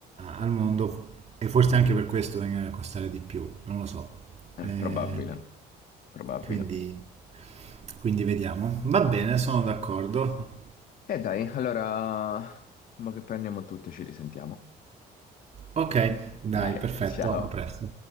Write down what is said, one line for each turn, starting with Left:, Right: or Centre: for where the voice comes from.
Right: al mondo e forse anche per questo vengono a costare di più, non lo so.
Left: Eh,
Right: Eh,
Left: probabile, probabile.
Right: quindi, quindi vediamo. Va bene, sono d'accordo.
Left: E dai, allora, mo che prendiamo il tutto ci risentiamo.
Right: Ok, dai,
Left: Dai,
Right: perfetto,
Left: ciao.
Right: a presto.